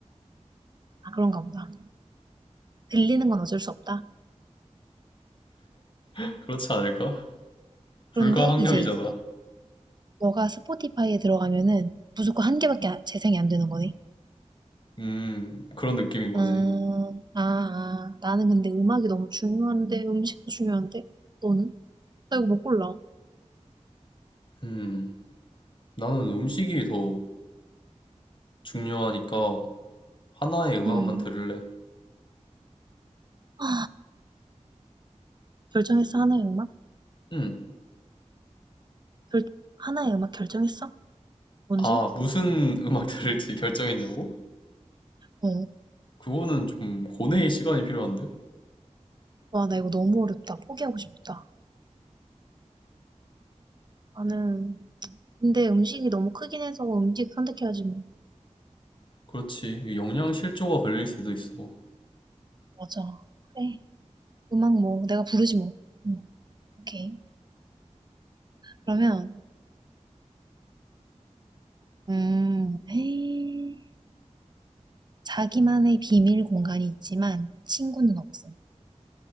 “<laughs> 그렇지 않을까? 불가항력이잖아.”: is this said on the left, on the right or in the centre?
Left